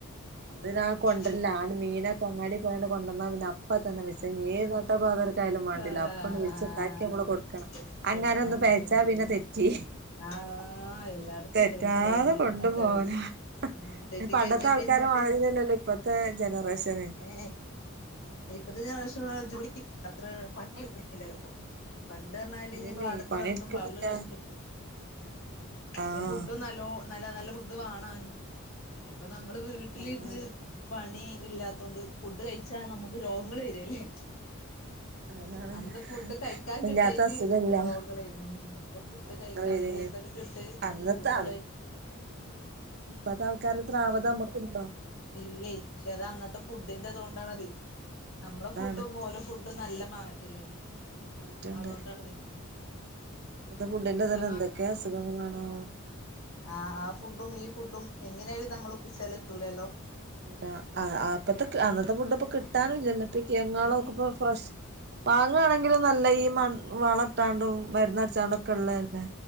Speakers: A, on the left; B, on the right.
A: ആഹ്
B: അതിനാ
A: ചൂടോട്ക്കനെ
B: കൊണ്ട് വര്ല്ല ആണ് മീനൊക്കെ അങ്ങാടി പോയാണ്ട് കൊണ്ടന്നാ പിന്നെ അ പ്പത്തന്നെ വെച്ച് ഇഞ്ഞേത് നട്ടപ്പാതിരക്കായാലും വാണ്ടീല
A: ആഹ്
B: അപ്പ അത് വെച്ച്ണ്ടാക്കി നമ്മള് കൊട്ക്കണം അങ്ങനൊന്ന്
A: കൊടുക്കണല്ലേ
B: പെയച്ചാ പിന്നെ തെറ്റി
A: ആഹ് എല്ലായിടത്തും
B: തെറ്റാതെ
A: ഉണ്ടായിരുന്നുല്ലേ
B: കൊണ്ട്
A: അങ്ങനത്തെ
B: പോവല
A: വര്
B: പിന്നെ
A: ഉം തെറ്റി
B: പണ്ടത്താൾക്കാരെ
A: കഴിഞ്ഞാ പിന്നെ
B: മാതിരിയല്ലല്ലോ ഇ ഇപ്പത്തെ ജനറേഷന്
A: ഏഹ്
B: അതാണ്
A: ഇപ്പത്തെ ജനറേഷൻല്ള്ളോല് ജോലി അത്ര പണിട്ക്കണില്ലല്ലോ. പണ്ട് പറഞ്ഞാല്
B: ഇല്ലല്ലേ
A: ഇനി പാടത്ത്
B: പണിയെടുക്കണില്ല
A: കളിച്ചിട്ടും വയർല് കൾച്ച്ട്ടും ഉം അപ്പ
B: ആഹ്
A: പിന്നെ ഫുഡ്ഡും നല്ലോ നല്ല നല്ല ഫുഡ് വാണാനും ഇപ്പൊ നമ്മള് വീട്ട്ലിര്ന്ന്
B: വേണേനും
A: പണി ഇല്ലാത്തോണ്ട് ഫുഡ് കയിച്ചാ നമ്മക്ക് രോഗങ്ങള് വരല്ലേ
B: അതാണ്
A: അന്ന് ഫുഡ് കഴിക്കാൻ
B: ഇല്ലാത്ത
A: കിട്ടായിറ്റ്
B: അസുഖല്ല
A: രോഗങ്ങളേയ്‌നു ഇപ്പൊ ഫുഡ്
B: രോഗങ്ങള്
A: കഴിക്കാൻ
B: വരേന്
A: കൂട്തൽ കിട്ട്
B: അന്നത്തെ
A: ഫുഡ് കൂട്തലായിട്ട്
B: അപ്പത്താൾക്കാരത്രാവത് നമ്മക്ക്ണ്ടോ?
A: ഇല്ലയ് പക്ഷേ അത് ആന്നത്തെ ഫുഡിന്റത് കൊണ്ടാണതെയ് നമ്മളെ
B: അതുകൊണ്ടാണ്
A: ഫുഡും ഓലെ ഫുഡും നല്ല മാറ്റല്ലേ
B: മാറ്റണ്ട്
A: അതോണ്ടാണത്
B: ഇപ്പത്തെ ഫുഡിന്റതന്നെന്തൊക്കേ
A: നല്ല
B: അസുഖങ്ങളാണോ
A: ആഹ് ആഹ് ഫുഡും ഈ ഫുഡും എങ്ങനായാലും നമ്മളൊപ്പിച്ചാലെത്തൂലല്ലോ
B: എത്തൂല ആഹ് അഹ് അപ്പത്തെ അന്നത്തെ ഫുഡ്പ്പ കിട്ടാനുംല്ലല്ലോ ട്ട് കെയങ്ങോളൊക്കെപ്പൊ
A: ഉം
B: ഫ്രഷ് വാങ്ങണെങ്കിലും
A: ഉം
B: നല്ല ഈ മൺ വള ട്ടാണ്ടും മര്ന്നട്ച്ചാണ്ടൊക്കെള്ളതല്ലെ